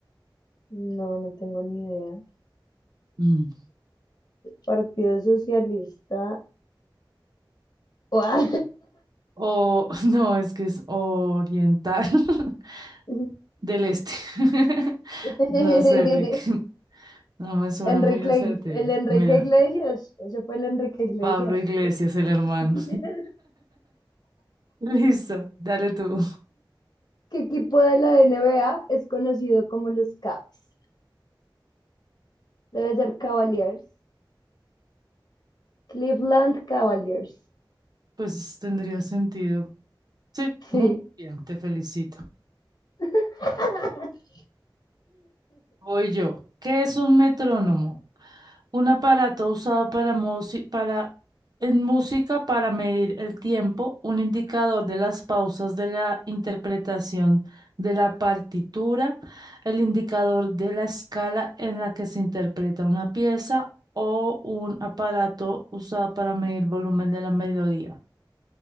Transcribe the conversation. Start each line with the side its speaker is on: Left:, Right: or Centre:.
Left: No, no tengo ni idea.
Right: Mm.
Left: Partido Socialista. <laughs> Guau.
Right: O, <laughs> no, es que es oriental <laughs>
Left: <laughs>
Right: del este. <laughs>
Left: <laughs>
Right: No sé, Rick. <laughs> No me suena
Left: Enrique,
Right: muy acertado.
Left: el Enrique
Right: Mira,
Left: Iglesias, ese fue el Enrique Iglesias.
Right: Pablo Iglesias, el hermano.
Left: <laughs>
Right: <laughs> Listo, dale tú.
Left: ¿Qué equipo de la NBA es conocido como los Caps? Debe ser Cavaliers. Cleveland Cavaliers.
Right: Pues tendría sentido. Sí, muy
Left: Sí.
Right: bien, te felicito.
Left: <laughs>
Right: Voy yo. ¿Qué es un metrónomo? Un aparato usado para, musi- para en música para medir el tiempo, un indicador de las pausas de la interpretación de la partitura, el indicador de la escala en la que se interpreta una pieza o un aparato usado para medir volumen de la melodía.